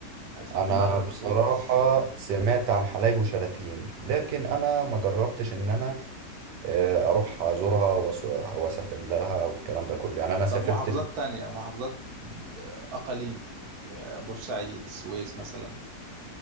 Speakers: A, on the right (about 65°); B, on the right (about 80°).
A: عايشين
B: انا
A: في المغرب
B: بصراحة
A: وتونس
B: سمعت عن حلايب وشلاتين لكن انا ما جربتش ان انا آه، اروح ازورها وأس- واسافر لها والكلام ده كله يعني انا سافرت
A: طب محافظات تانية محافظات ب- اقاليم بورسعيد السويس مثلا